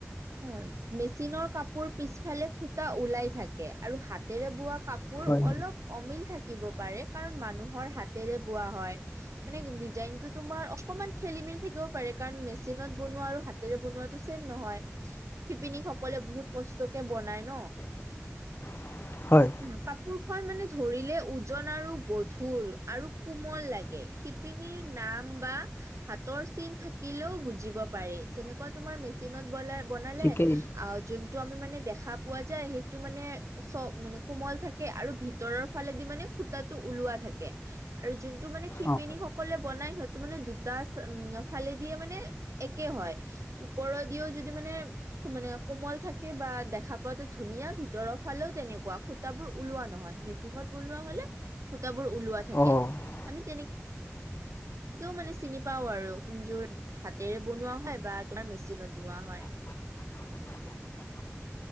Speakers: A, on the right; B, on the left.
A: অ' মেচিনৰ কাপোৰ পিছফালে খু সূতা ওলাই থাকে আৰু হাতেৰে বোৱা কাপোৰ
B: হয়
A: অলপ অমিল থাকিব পাৰে। কাৰণ মানুহৰ হাতেৰে বোৱা হয় মানে ডিজাইন টো তোমাৰ অকমান খেলি-মেলি থাকিব পাৰে কাৰণ মেচিনত বনোৱা আৰু হাতেৰে বনোৱাটো ছেম নহয়। শিপিনী সকলে বহুত কষ্টকে বনাই ন
B: <inaudible> হয়
A: উ কাপোৰ খন মানে ধৰিলে ওজন আৰু গধুৰ আৰু কোমল লাগে শিপিন শিপিনী নাম বা হাতৰ চিন থাকিলেও বুজব পাৰি যেনেকৈ তোমাৰ মেচিনত বলে বনালে
B: ঠিকেই
A: যোনটো আমি মানে দেখা পোৱা যায় সেইটো, মানে চ কোমল থাকে আৰু ভিতৰৰ ফালেদি মানে সূতটো ওলোৱা থাকে আৰু যোনটো মানে শিপিনীসকল
B: অ
A: বনাই সিহঁতে মানে দুটা ফালে দে মানে একে হয় ওপৰেদি যদিও। মানে মানে কোমল থাকে বা দেখা পোৱাাতো ধুনীয়া ভিতৰৰ ফালেও তেনেকুৱা সূতা বোৰ ওলোৱা নহয়, মেচিনত বনোৱা হ'লে সুতাবোৰ ওলোৱা থাকে
B: অ অ
A: আমি তেনেক তেনেকেও মানে চিনি পাওঁ আৰু কোনযোৰ হাতেৰে বনোৱা হয় বা তোমাৰ মেচিনত বনোৱা হয়।
B: <unintelligible>